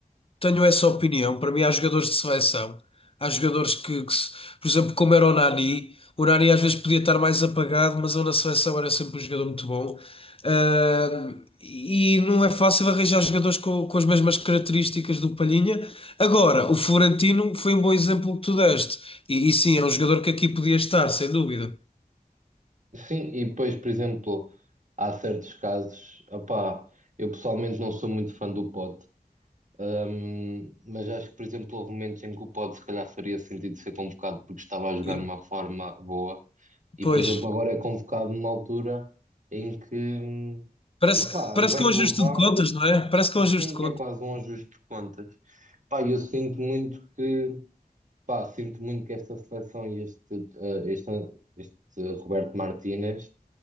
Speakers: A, on the left; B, on the right.
A: Tenho essa opinião. Para mim, há jogadores de seleção. Há jogadores que, que se- por exemplo, como era o Nani, o Nani às vezes podia estar mais apagado, mas ele na seleção era sempre um jogador muito bom. Ah, e não é fácil arranjar jogadores com, com as mesmas características do Palhinha. Agora, o Florentino foi um bom exemplo que tu deste. E, e sim, é um jogador que aqui podia estar, sem dúvida.
B: Sim, e depois, por exemplo, há certos casos, opá, eu pessoalmente não sou muito fã do pod, hum, mas acho que, por exemplo, houve momentos em que o pod se calhar faria sentido ser convocado porque estava a jogar
A: E,
B: numa forma boa e,
A: pois,
B: por exemplo, agora é convocado numa altura em que, hum,
A: parece,
B: epá,
A: que- parece
B: vem
A: que é um ajuste
B: de lesão,
A: de contas, não é? Parece que é um ajuste
B: sim,
A: de contas.
B: que é quase um ajuste de contas. Pá, eu sinto muito que, pá, sinto muito que esta seleção e este, eh, este, este Roberto Martínez